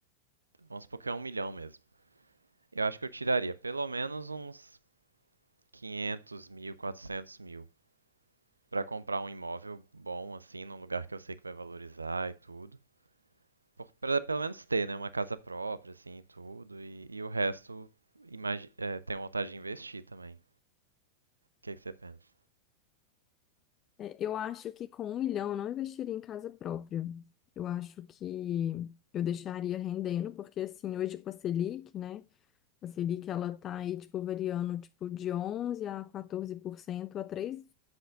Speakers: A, on the right (about 75°); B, on the left (about 30°).
A: vamos supor que é um milhão mesmo. Eu acho que eu tiraria pelo menos uns 500 mil, 400 mil. Pra comprar um imóvel bom, assim, num lugar que eu sei que vai valorizar e tudo. Por, pra pelo menos ter, né, uma casa própria, assim, e tudo. E, e o resto, imagi é, tenho vontade de investir também. O que que você pensa?
B: É, eu acho que com um milhão eu não investiria em casa própria. Eu acho que eu deixaria rendendo, porque assim, hoje com a Selic, né? A Selic, ela tá aí, tipo, variando, tipo, de 11 a 14% há três